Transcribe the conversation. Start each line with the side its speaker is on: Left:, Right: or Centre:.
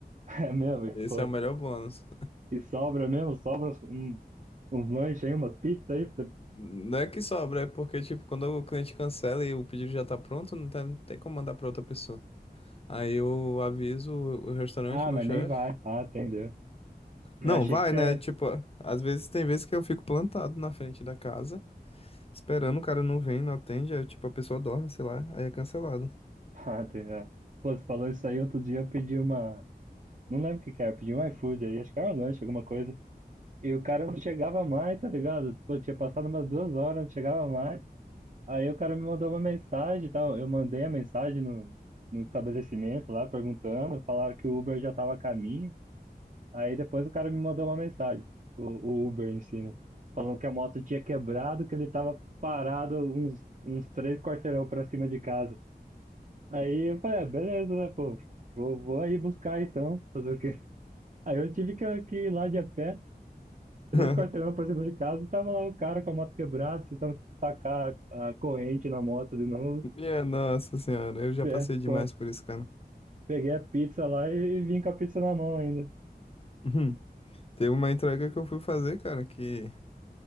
Right: <laughs> É mesmo. E,
Left: Esse
Right: pô,
Left: é o melhor bônus.
Right: e sobra mesmo? Sobra uns, um- uns lanches aí, umas pizzas aí. pra você-
Left: Não é que sobra, é porque, tipo, quando o cliente cancela e o pedido já tá pronto, não tem, não tem como mandar pra outra pessoa. Aí eu aviso o o restaurante,
Right: Ah,
Left: meu
Right: mas
Left: chefe.
Right: nem vai. Ah, entendeu. Eu
Left: Não,
Right: achei
Left: vai,
Right: que você.
Left: né? Tipo, às vezes tem vezes que eu fico plantado na frente da casa, esperando, o cara não vem, não atende, aí, tipo, a pessoa dorme, sei lá, aí é cancelado.
Right: <laughs> Ah, entendeu. Pô, você falou isso aí outro dia. Eu pedi uma. Não lembro o que que era. Eu pedi um iFood aí. Acho que era um lanche, alguma coisa. E o cara não chegava mais, tá ligado? Pô, tinha passado umas duas horas, não chegava mais. Aí o cara me mandou uma mensagem e tal. Eu mandei a mensagem no, no estabelecimento lá, perguntando. Falaram que o Uber já estava a caminho. Aí depois o cara me mandou uma mensagem, o, o Uber em si, né? Falando que a moto tinha quebrado, que ele estava parado uns, uns três quarteirão para cima de casa. Aí eu falei, ah, beleza, né, pô? Vou, vou aí buscar então, fazer o quê? Aí eu tive que, que ir lá de a pé, três
Left: <laughs>
Right: quarteirão pra cima de casa, e tava lá o cara com a moto quebrada, tentando tacar a corrente na moto de novo.
Left: Minha nossa senhora, eu já
Right: É,
Left: passei demais
Right: pô,
Left: por isso, cara.
Right: peguei a pizza lá e, e vim com a pizza na mão ainda.
Left: Uhum. Teve uma entrega que eu fui fazer, cara, que